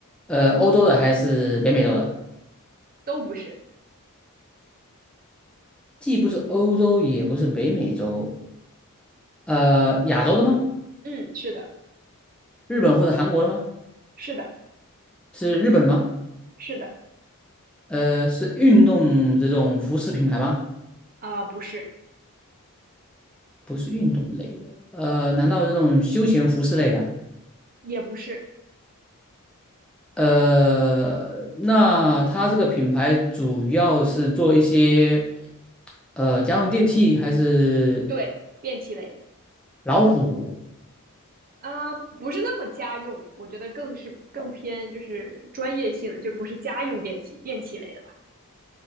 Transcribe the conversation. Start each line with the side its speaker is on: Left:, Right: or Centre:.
Centre: 呃，欧洲的还是北美洲的？
Right: 都不是，
Centre: 既不是欧洲，也不是北美洲，呃，亚洲的吗？
Right: 嗯，是的，
Centre: 日本或者韩国的吗？
Right: 是的。
Centre: 是日本的吗？
Right: 是的，
Centre: 呃，是运动这种服饰品牌吗？
Right: 啊、不是，
Centre: 不是运动类的，呃，难道这种休闲服饰类的？
Right: 也不是，
Centre: 呃，那它这个品牌主要是做一些，呃，家用电器还是？
Right: 对，电器类的，
Centre: 老虎
Right: 啊、不是那么家用，我觉得更是更偏就是专业性的，就不是家用电器，电器类的吧。